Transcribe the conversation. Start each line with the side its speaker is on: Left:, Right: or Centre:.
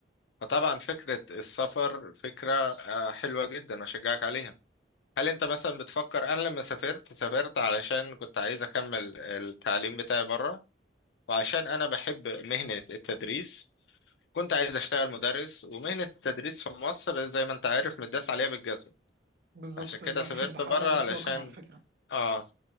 Left: فطبعا فكرة السفر فكرة آه، حلوة جدا واشجعك عليها هل انت مثلا بتفكر انا لما سافرت سافرت علشان كنت عايز اكمل التعليم بتاعي بره وعشان انا بحب مهنة التدريس كنت عايز اشتغل مدرس ومهنة التدريس في مصر زي ما انت عارف متداس عليها بالجزمة
Right: بالظبط
Left: عشان كده
Right: لا
Left: سافرت
Right: مش واخده حقها
Left: بره علشان
Right: اطلاقا على فكره
Left: اه